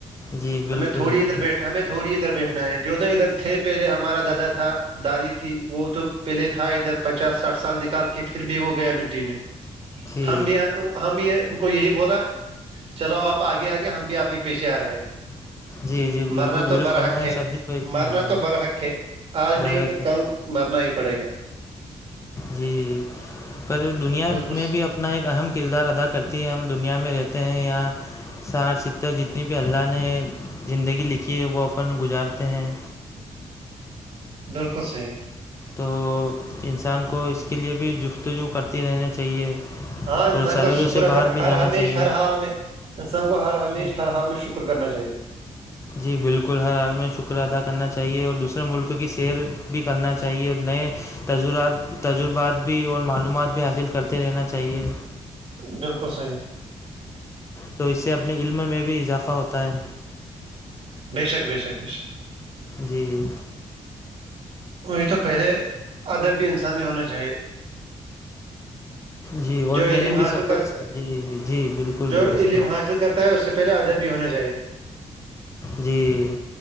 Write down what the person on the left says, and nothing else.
جی بالکل
جی
<inaudible> بالکل
درست
فرمایا
سبھی کو ایک دن
جانا
برحق
ہے
جی پر دنیا
میں بھی اب اتنا ایک اہم کردار ادا کرتی ہے ہم دنیا میں رہتے ہیں یہاں سار چتر جتنی بھی اللہ نے زندگی لکھی ہے وہ اپن گزارتے ہیں
تو انسان کو اس کے لیے بھی جفتجو کرتی رہنی چاہیے <unintelligible>
اور
سرحدوں
سے
باہر بھی
جانا
چاہیے
جی
جی بالکل ہر حال میں شکر ادا کرنا چاہیے اور دوسرے ملک کی سیر بھی کرنا چاہیے نئے تجرات تجربات بھی اور معلومات بھی حاصل کرتے رہنا چاہیے
تو اس سے اپنے علم میں بھی اضافہ ہوتا ہے
جی
جی اور
میں
نے
بھی سفر
جی جی بالکل
درست
فرما
جی